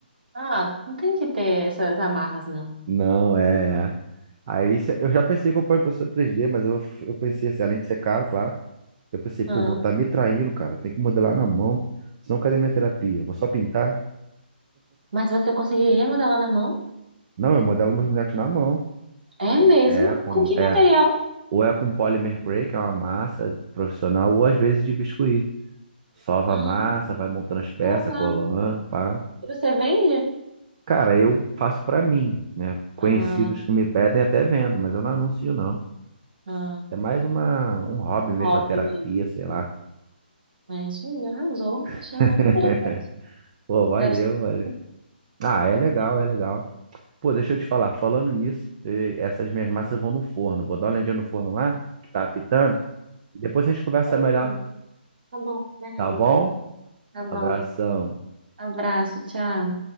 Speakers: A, on the right (about 65°); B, on the right (about 40°).
A: Ah, não tem que ter essas amarras, não.
B: Não, é, é. Aí cê- eu já pensei que eu ponho impressora 3D, mas eu, eu pensei assim, além de ser caro, claro, eu pensei, pô,
A: Ah,
B: vou estar me traindo, cara. Tem que modelar na mão. Senão cadê minha terapia? Vou só pintar?
A: mas você conseguiria modelar na mão?
B: Não, eu modelo meus bonecos na mão.
A: É mesmo?
B: É, como,
A: Com que
B: é.
A: material?
B: Ou é com polymer cray, que é uma massa profissional, ou às vezes de biscuit. Sova
A: Ah,
B: a massa, vai montando as peças,
A: que legal.
B: colando, pá.
A: E você vende?
B: Cara, eu faço pra mim, né? Conhecidos
A: Ah,
B: que me pedem até vendo, mas eu não anuncio não.
A: ah,
B: É mais uma, um hobby
A: um
B: mesmo,
A: hobby
B: uma terapia,
A: mesmo.
B: sei lá.
A: É isso aí, arrasou.
B: <laughs>
A: Achei muito interessante.
B: Pô, valeu,
A: Deve ser difícil.
B: valeu. Ah, é legal,
A: né?
B: é legal. Pô, deixa eu te falar, falando nisso, eh, essas minhas massas vão no forno. Vou dar uma olhadinha no forno lá, que tá apitando. Depois a gente conversa
A: Beleza.
B: melhor,
A: Tá bom, beleza.
B: tá bom?
A: Tá bom.
B: Abração.
A: Abraço, tchau.